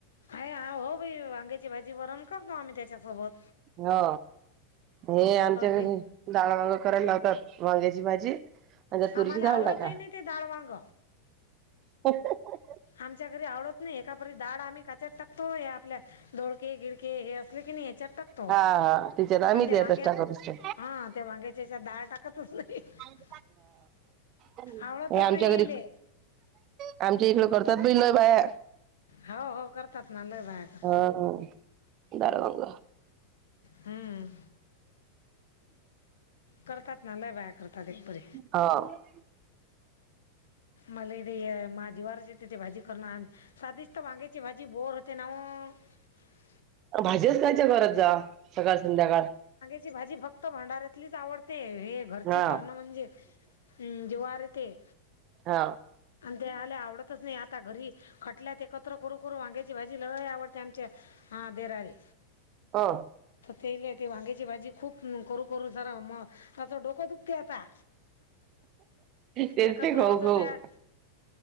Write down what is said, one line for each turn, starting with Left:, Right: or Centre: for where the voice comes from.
Left: हो भाई वांग्याची भाजी वरण करतो आम्ही त्यांच्यासोबत.
Right: हा हे आमच्या
Left: ते
Right: घरी, डाळ, वांग करायला लावतात वांग्याची भाजी आणि त्यात तुरीची
Left: आम्हाला
Right: डाळ
Left: आवडत
Right: टाका.
Left: ही नाही ते डाळ, वांग.
Right: <unintelligible>
Left: आमच्या घरी आवडत नाही, एकापरी डाळ आम्ही काच्यात टाकतो, हे आपलं दोडके गिडके हे ते की नाही याच्यात टाकतो,
Right: हा हा तिच्यात आम्ही
Left: पण त्या
Right: त्यातच
Left: वांग्यात
Right: टाकत असतो.
Left: हा त्या वांग्याच्या याच्यात डाळ टाकतच <unintelligible>
Right: हा नाय
Left: आवडतच
Right: आमच्या
Left: नाही यायले
Right: घरी, आमच्या इकडे करतात बी लय बाया.
Left: हो हो करतात ना लय बाया कर
Right: हा डाळ वांग
Left: हम्म करतात ना, लय बाया करतात एकपरी.
Right: हा.
Left: मला बी माझी <unintelligible> येते ते भाजी करणार, साधिच तर वांग्याची भाजी बोर होते ना हो. <unintelligible>
Right: भाजीच खायच्या घरात जा, सकाळ संध्याकाळ.
Left: त्याची भाजी फक्त भंडाऱ्यातलीच आवडते, हे घरची
Right: हा
Left: करणं म्हणजे, जीवावर येते.
Right: हा
Left: त्याले आवडतच नाही, आता घरी खटल्यात एकत्र करू करू वांग्याची भाजी लय आवडते आमच्या आ दिराले.
Right: हो
Left: तेले ते वांग्याची भाजी खूप करू करून जरा म, माझं डोकं दुखते आता.
Right: तेच
Left: एकत्र
Right: ते खाऊ
Left: होतो
Right: खाऊ
Left: त्यात.